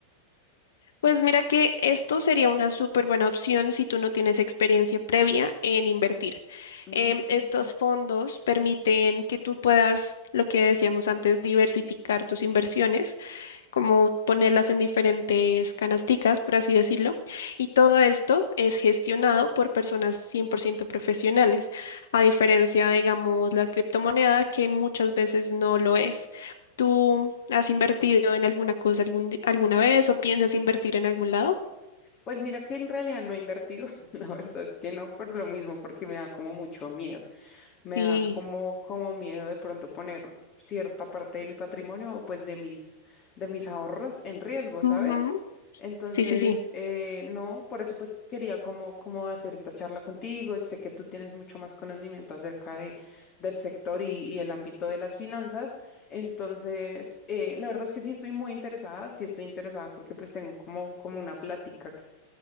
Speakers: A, on the left; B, on the left.
A: Pues mira que esto sería una súper buena opción si tú no tienes experiencia previa en invertir.
B: Mm,
A: Em, estos fondos permiten que tú puedas, lo que decíamos antes, diversificar tus inversiones como ponerlas en diferentes canasticas, por así decirlo. Y todo esto es gestionado por personas 100% profesionales, a diferencia, digamos, la criptomoneda, que muchas veces no lo es. ¿Tú has invertido en alguna cosa algún di- alguna vez o piensas invertir en algún lado?
B: Pues mira que en realidad no he invertido, <laughs> la verdad es que no por lo mismo, porque me da como mucho miedo. me
A: Sí.
B: da como, como miedo de pronto poner cierta parte de mi patrimonio o pues de mis, de mis ahorros en riesgo, ¿sabes?
A: Ujú.
B: Entonces,
A: Sí, sí, sí.
B: eh, no, por eso pues quería como, como hacer esta charla contigo. Sé que tú tienes mucho más conocimiento acerca de, del sector y, y el ámbito de las finanzas. Entonces, eh, la verdad es que sí estoy muy interesada, sí estoy interesada porque pues tengo como, como una plática